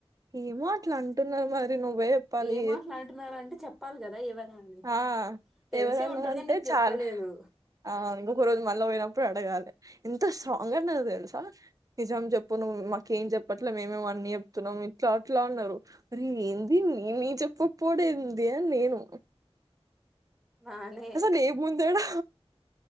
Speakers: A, on the right; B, in the centre.
A: ఏమో అట్లంటున్నారు మరి నువ్వే చెప్పాలి
B: ఏమో అట్లాంటున్నార్ అంటే చెప్పాలి కదా ఎవరా అని
A: ఆ
B: తెలిసే
A: ఎవరన్నారంటే
B: ఉంటది కాని నీక్ చెప్
A: చాలా
B: చెప్పలేదు
A: ఆ నువ్కొరోజు మళ్ళపోయినప్పుడు అడగాలి ఇంత స్ట్రాంగ్ అనేది తెలుస అ నిజం చెప్పు నువ్ మాక ఏం చెప్పట్లే మేమేం అన్ని చెప్తున్నాం ఇట్లా అట్లా అన్నారు. అరే ఏంది నేన్ ఏం చెప్పక్పోడెంది అని నేను
B: బానే
A: అసల్ ఏముందడా